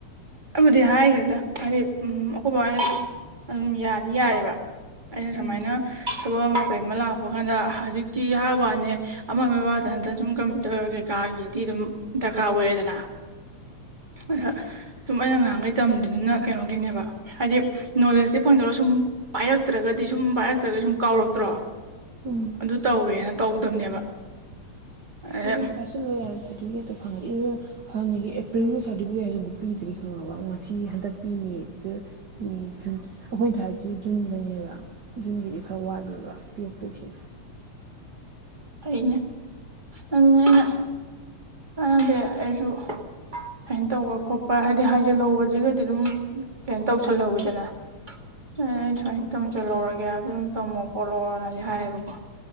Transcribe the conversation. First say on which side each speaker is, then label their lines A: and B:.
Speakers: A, on the right; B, on the right.
A: ꯑꯩꯕꯨꯗꯤ ꯍꯥꯏꯈ꯭ꯔꯦꯗ ꯍꯥꯏꯗꯤ ꯎꯝ ꯑꯈꯣꯏꯕꯍꯣꯏꯅꯁꯨ ꯑꯗꯨꯝ ꯌꯥꯗꯤ ꯌꯥꯔꯦꯕ꯫ ꯑꯩꯅ ꯁꯨꯃꯥꯏꯅ
B: ꯎꯝ
A: ꯊꯕꯛ ꯑꯃ ꯀꯩꯑꯃ ꯂꯥꯛꯄ ꯀꯥꯟꯗ ꯍꯧꯖꯤꯛꯇꯤ ꯍꯥꯏꯕ ꯋꯥꯅꯤ ꯑꯃ ꯑꯃ ꯋꯥꯗ ꯅꯠꯇꯅ ꯁꯨꯝ ꯀꯝꯄ꯭ꯌꯨꯇꯔ ꯀꯩꯀꯥꯒꯤꯗꯤ ꯑꯗꯨꯝ ꯗꯔꯀꯥꯔ ꯑꯣꯏꯌꯦꯗꯅ꯫ ꯑꯗ ꯁꯨꯝ ꯑꯩꯅ ꯉꯍꯥꯟꯈꯩ ꯇꯝꯃꯤꯗꯨꯅ ꯀꯩꯅꯣꯒꯤꯅꯦꯕ꯫ ꯍꯥꯏꯗꯤ ꯅꯣꯂꯦꯖꯇꯤ ꯐꯪꯗꯣꯔ ꯁꯨꯝ ꯄꯥꯏꯔꯛꯇ꯭ꯔꯒꯗꯤ ꯁꯨꯝ ꯄꯥꯏꯔꯛꯇ꯭ꯔꯒ ꯁꯨꯝ ꯀꯥꯎꯔꯛꯇ꯭ꯔꯣ
B: ꯎꯝ
A: ꯑꯗꯨ ꯇꯧꯋꯦꯅ ꯇꯧꯗꯕꯅꯦꯕ꯫ ꯑꯗ
B: ꯑꯗꯨꯝ ꯄꯥꯏꯁꯤꯜꯂꯨ ꯌꯥꯔꯦ ꯁꯥꯔꯇꯐꯤꯀꯦꯠꯇꯣ ꯐꯪꯉꯥꯗꯤ꯫ ꯍꯥꯟꯅꯒꯤ ꯑꯦꯄ꯭ꯔꯤꯜꯒꯤ ꯁꯥꯔꯇꯤꯐꯤꯀꯦꯠ ꯍꯥꯏꯁꯤꯕꯧ ꯄꯤꯗ꯭ꯔꯤ ꯈꯪꯉꯕ ꯉꯁꯤ ꯍꯟꯗꯛ ꯄꯤꯅꯤꯌꯦ ꯑꯦꯄ꯭ꯔꯤꯜ꯫ ꯃꯤ ꯖꯨꯟ ꯑꯩꯈꯣꯏꯅ ꯊꯥꯏꯁꯤꯗꯤ ꯖꯨꯟꯗꯅꯦꯕ ꯖꯨꯟꯒꯤꯗꯤ ꯈꯔ ꯋꯥꯠꯂꯤꯕ ꯄꯔꯛꯇꯣꯏꯁꯦ꯫
A: ꯐꯩꯅꯦ ꯑꯗꯨꯅꯦ ꯑꯩꯅ ꯀꯥꯟꯅꯗꯦ ꯑꯩꯁꯨ ꯁꯨꯃꯥꯏꯅ ꯇꯧꯕ ꯈꯣꯠꯄ ꯍꯥꯏꯗꯤ ꯍꯥꯏꯖꯤꯜꯍꯧꯕꯁꯤꯒꯗꯤ ꯑꯗꯨꯝ ꯀꯩꯅꯣ ꯇꯧꯁꯜꯍꯧꯋꯤꯗꯅ꯫ ꯑꯦ ꯑꯩ ꯁꯨꯃꯥꯏꯅ ꯇꯝꯖꯍꯧꯔꯒꯦ ꯑꯗꯨ ꯑꯗꯨꯝ ꯇꯝꯃꯣ ꯈꯣꯠꯂꯣꯅꯗꯤ ꯍꯥꯏꯌꯦꯕꯀꯣ꯫